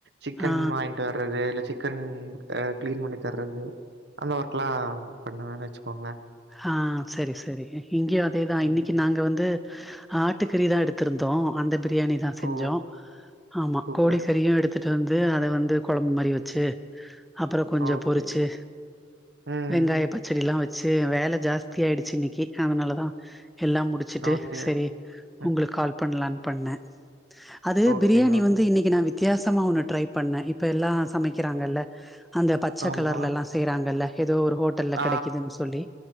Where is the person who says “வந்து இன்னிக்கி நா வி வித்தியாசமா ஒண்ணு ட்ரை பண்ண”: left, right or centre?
Centre